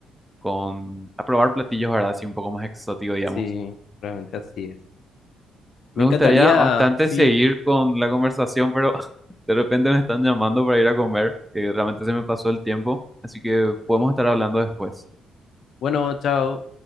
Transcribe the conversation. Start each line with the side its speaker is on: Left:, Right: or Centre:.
Centre: con a probar platillos, ¿verdad? Así un poco más exótico, digamos.
Left: Sí, realmente así es. Me
Centre: Me
Left: encantaría.
Centre: gustaría bastante
Left: Sí,
Centre: seguir con la conversación, pero <laughs> de repente me están llamando para ir a comer, que realmente se me pasó el tiempo, así que podemos estar hablando después.
Left: bueno, chao.